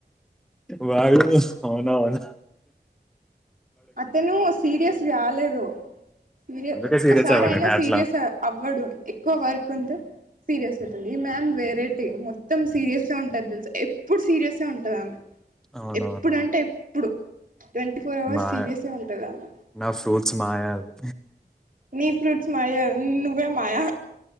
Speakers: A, in the centre; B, on the right.
A: బ్యాగ్ లో పోస్ అవున
B: అతను సీరియస్ కాలేదు సీరియస్
A: అందుకే సీరియస్
B: ఆ సార్
A: అవ్వాలి
B: అయినా
A: నేను అట్లా
B: సీరియస్ ఆ అవ్వడు ఎక్కువ వర్క్ ఉంటె సీరియస్ అయితది ఈ మ్యామ్ వేరే టీ మొత్తం సీరియస్ గా ఉంటుది తెలుస ఎప్పుడు సీరియస్ గా ఉంటది ఆమె
A: అవునవును
B: ఎప్పుడు అంటే ఎప్పుడు ట్వంటీ ఫోర్ అవర్స్
A: ఆయా
B: సీరియసే ఉంటది ఆమె
A: నా ఫ్రూట్స్ మాయా అది
B: నీ ఫ్రూట్స్ మాయ కద్ నువ్వే మాయా